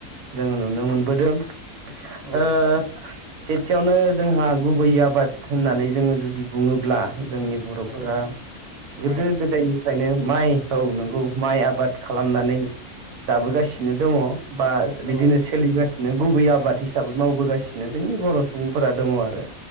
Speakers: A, on the right; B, on the left.
A: जोङो नुनो मोनबोदों।
B: औ
A: ओ सेथियावनो जोंहा गुबै आबाद होननानै जोङो जुदि बुङोब्ला जोंनि बर'फोरा
B: औ
A: गोदो
B: माइ
A: गोदायनिफ्रायनो माइ औ नंगौ माइ आबाद खालामनानै जाबोगासिनो दङ। बाश बिदिनो
B: औ
A: सोलिगासिनो गुबै आबाद हिसाबै मावबोगासिनो जोंनि बर' सुबुंफोरा दङ आरो